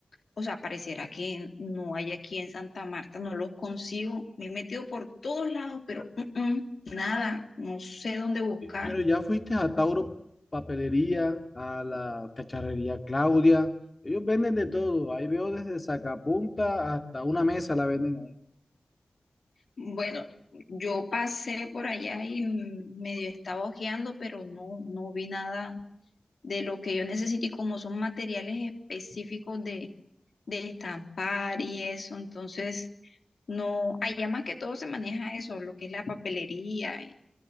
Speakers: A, on the left; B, on the left.
A: o sea, pareciera que no hay aquí en Santa Marta, no los consigo, me he metido por todos lados, pero mm, mm, nada, no sé dónde buscar.
B: Pero ya fuiste a Tauro Papelería, a la cacharrería Claudia. Ellos venden de todo. Ahí veo desde sacapunta hasta una mesa la venden ahí.
A: Bueno, yo pasé por allá y medio estaba hojeando, pero no, no vi nada de lo que yo necesito. Y como son materiales específicos de, de estampar y eso, entonces no, allá más que todo se maneja eso, lo que es la papelería y,